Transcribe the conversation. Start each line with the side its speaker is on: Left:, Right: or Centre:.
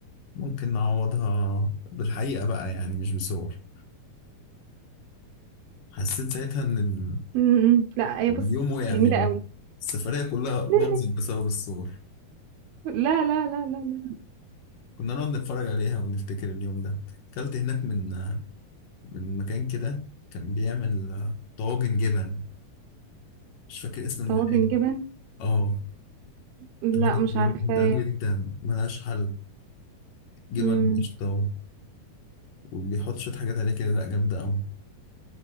Left: ممكن نعوضها بالحقيقة بقى يعني مش بصور حسيت ساعتها ان
Right: مم. لا هي
Left: اليوم
Right: بص
Left: وقع
Right: جميله
Left: مني
Right: قوي
Left: السفرية كلها باظت
Right: لا
Left: بسبب الصور
Right: لا لا لا لا
Left: كنا نقعد نتفرج عليها ونفتكر اليوم ده أكلت هناك من من مكان كده كان بيعمل آه، طواجن جبن مش فاكر اسم المحل
Right: طواجن جبن
Left: اه
Right: لا
Left: طواجن
Right: مش
Left: جبن
Right: عارفاه
Left: جامدة جدا ملهاش حل جبن
Right: مم.
Left: قشطة وبيحط شوية حاجات عليه كده لأ جامدة أوي